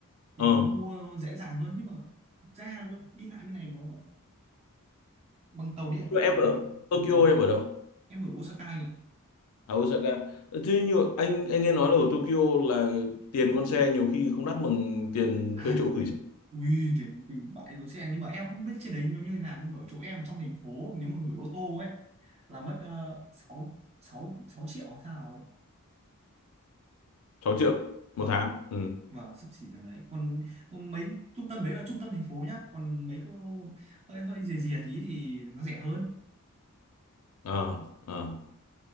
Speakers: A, on the right; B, on the left.
A: thì
B: ờ
A: nó mua dễ dàng hơn nhưng mà thực ra nó đi lại bên này nó bằng tàu điện
B: nhưng
A: các
B: mà
A: kiểu
B: em ở
A: thì
B: Tokyo em ở đâu
A: em ở Osaka nhỉ
B: à Osaka Ờ, thế như anh anh nghe nói là ở Tokyo là tiền con xe nhiều khi không đắt bằng tiền
A: À
B: thuê chỗ gửi xe
A: Ui, tiền quỳ bãi đỗ xe nhưng mà em không biết trên đấy nó như thế nào nhưng mà ở chỗ em trong thành phố nếu mà gửi ô tô ấy là mất uh, 6 6 6 triệu hay sao ấy.
B: 6 triệu
A: Vâng,
B: một tháng ừ
A: vâng, sắp xỉ tầm đấy. Còn, còn mấy trung tâm đấy là trung tâm thành phố nhá, còn mấy cái hơi hơi rìa rìa tí thì nó rẻ hơn.
B: ờ ờ